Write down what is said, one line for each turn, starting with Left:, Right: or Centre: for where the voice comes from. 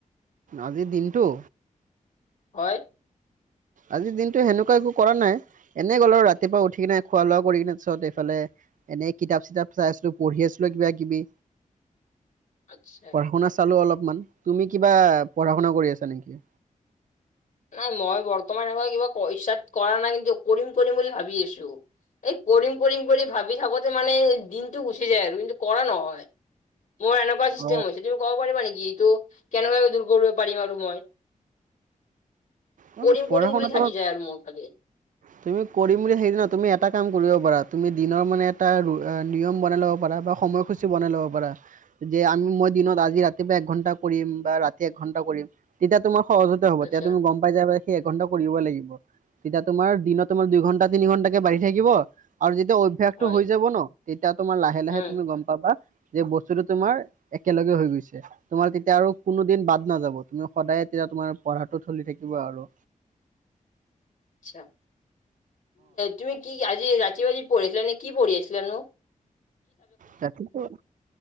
Right: আজিৰ দিনটো।
Left: হয়।
Right: আজিৰ দিনতটো সেনেকুৱা একো কৰা নাই এনেই গ'ল আৰু ৰাতিপুৱা উঠি কিনে খোৱা লোৱা কৰি কিনেত এইফালে। এনে কিতাপ চিতাপ চাই আছিলো পঢ়ি আছিলো কিবা কিবি।
Left: আচ্ছা।
Right: পঢ়া শুনা চালো অলপমান তুমি কিবা পঢ়া শুনা কৰি আছা নেকি।
Left: নাই মই বৰ্তমান এনেকা কিবা পইচাত কৰা নাই কিন্তু কৰিম কৰিম বুলি ভাবি আছো। এই কৰিম কৰিম কৰি ভাবি থাকোতে মানে দিনটো গুচি যায় আৰু কিন্তু কৰা নহয়। মোৰ এনেকুৱা চিষ্টেম
Right: অ
Left: হৈছে তুমি ক'ব পাৰিবা নেকি? ত কেনে কম দূৰ কৰিব পাৰিম আৰু মই।
Right: অ
Left: কৰিম
Right: পঢ়া
Left: কৰিম
Right: শুনাটো
Left: বুলি থাকি যায় আৰু মোৰ খালি।
Right: তুমি কৰিম বুলি হেদিনা তুমি এটা কাম কৰিব পাৰা তুমি দিনৰ মানে এটা নিয়ম বনাই ল'ব পাৰা বা সময়সূচী বনাই ল'ব পাৰা। যে আমি মই দিনত আজি ৰাতিপুৱা একঘন্টা কৰিম বা ৰাতি এক ঘন্টা কৰিম তেতিয়া তোমাক। সহজতে হ'ব
Left: আচ্ছা
Right: তেতিয়া তুমি গম পাই যাই সেই এঘণ্টা কৰিবই লাগিব। তেতিয়া তোমাৰ দিনত তোমাৰ দুইঘণ্টা তিনি ঘণ্টাকে বাঢ়ি থাকিব আৰু। তেতিয়া অভ্যাসটো
Left: হয়,
Right: হৈ যাব ন তেতিয়া তোমাৰ লাহে লাহে
Left: উম
Right: তুমি গম পাবা। যে বস্তুটো তোমাৰ একেলগে হৈ গৈছে। তোমাৰ তেতিয়া আৰু কোনো দিন বাদ নাযাব। তুমি সদায় তেতিয়া তোমাৰ পঢ়াটো চলি থাকিব আৰু।
Left: আচ্ছা তুমি কি আজি ৰাতি বাজি পঢ়িছিলে নে কি পঢ়ি আছিলেনো?
Right: তাকে তো